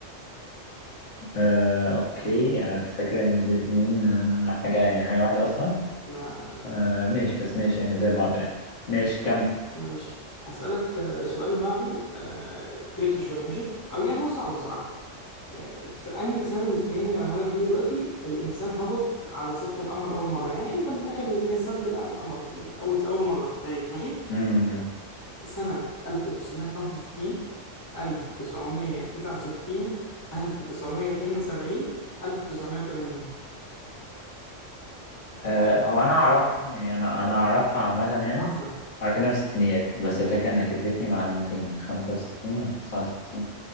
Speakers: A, on the left; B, on the left.
A: آه، اوكي يعني انا كنت فاكر ان الاثنين آه، حاجه يعني حاجه واحده اصلا
B: لا لا لا
A: آه، ماشي بس ماشي يعني زي بعض يعني ماشي كمل
B: ماشي هسألك آه، سؤال بعده آه، تريكي شويه ماشي او يعني هو صعب بصراحه آه، في انهي سنه من السنين اللي قالها لك دي دلوقتي الانسان هبط على سطح القمر اول مره يعني امتى من الاخر الانسان طلع على القمر من اول اول مره في التاريخ ماشي
A: امم
B: سنة 1965 1969 1972 1980
A: آه، هو انا اعرفها يعني انا انا اعرفها عامه
B: بتهزر
A: يعني عارف انها في الستينيات بس الفكره انك اديتني معلومتين 65 و 69